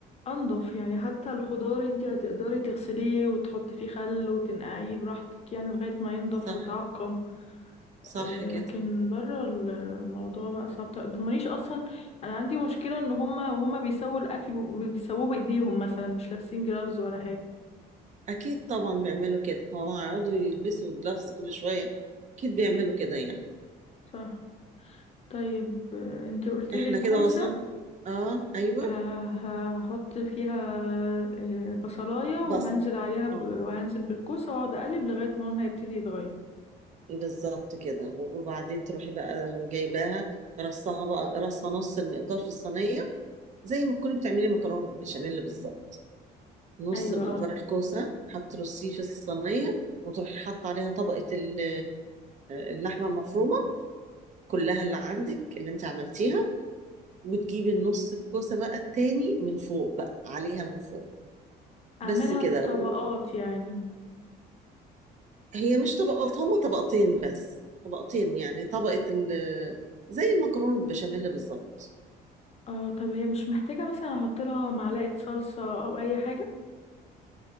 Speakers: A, on the left; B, on the right.
A: انضف يعني حتى الخضار انت هتقدري تغسليه وتحطي فيه خل وتنقعيه براحتك يعني لغايه ما ينضف
B: صح
A: ويتعقم
B: صح
A: آه
B: كده
A: لكن بره الموضوع بقى صعب مانيش اصلا انا عندي مشكله ان هم وهم بيسووا الاكل بي- بيسووه بايديهم مثلا مش لابسين جرافز ولا حاجه
B: اكيد طبعا بيعملوا كده هو هيقعدوا يلبسوا جلافز كل شوية اكيد بيعملوا كده يعني
A: صح طيب آه، انت قلت
B: فاحنا
A: لي الكوسه
B: كده وصلنا اه ايوه
A: ه- هحط فيها آه، بصلاية وهنزل
B: بصل
A: عليها ب-
B: اه
A: وهنزل بالكوسة واقعد اقلب لغاية ما لونها يبتدي يتغير
B: بالظبط كده وبعدين تروحي بقى جايباها رصها بقى رصة نص المقدار في الصينية زي ما تكوني بتعملي مكرونة بشاميل بالظبط نص
A: ايوه
B: مقدار
A: اه
B: الكوسة هترصيه في الصينية وتروحي حاطة عليها طبقة ال- اللحمة المفرومة كلها اللي عندك اللي انت عملتيها وتجيبي النص الكوسة بقى التاني من فوق بقى عليها من فوق
A: اعملها
B: بس كده
A: طبقات
B: و...
A: يعني
B: هي مش طبقات هما طبقتين بس طبقتين يعني طبقة ال... زي المكرونة بالبشاميل بالظبط
A: اه طب هي مش محتاجة مثلا احط لها معلقة صلصة او اي حاجة